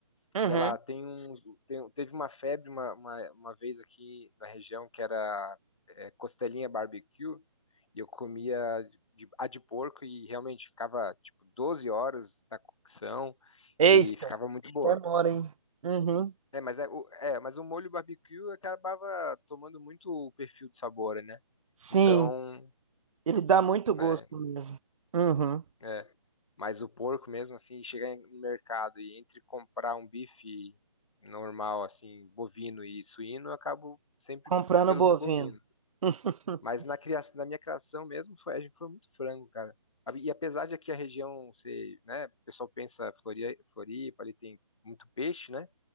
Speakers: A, on the right; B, on the left.
A: Uhum.
B: sei lá, tem um, tem- teve uma febre uma, uma, uma vez aqui na região que era é, costelinha barbecue, e eu comia de, a de porco e realmente ficava tipo 12 horas na cocção
A: Eita.
B: e ficava muito boa.
A: Demora, hein? Uhum.
B: É, mas, é, o- é, mas o molho barbecue acabava tomando muito o perfil de sabor, né?
A: Sim.
B: Então,
A: Ele dá muito
B: né?
A: gosto mesmo. Uhum.
B: é. Mas o porco mesmo, assim, chegar no mercado e entre comprar um bife normal, assim, bovino e suíno, eu acabo sempre
A: Comprando
B: pelo
A: bovino.
B: bovino.
A: <laughs>
B: Mas na criação, na minha criação mesmo, foi, a gente foi muito frango, cara. A- E apesar de aqui a região ser, né, o pessoal pensa Flori- Floripa, ali tem muito peixe, né?